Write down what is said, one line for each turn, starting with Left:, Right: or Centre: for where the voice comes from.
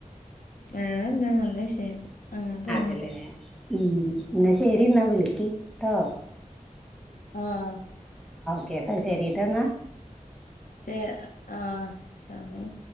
Left: വേറെന്താ നല്ല വിശേഷം. അങ്ങനെ പോണ്
Centre: അതെല്ലേ ഉം ഇന്നാ ശെരി ന്നാ വിളിക്കീ ട്ടോ.
Left: ആഹ്
Centre: കേട്ടാ ശെരിട്ടന്നാ.
Left: ഷ് ആ സമയായി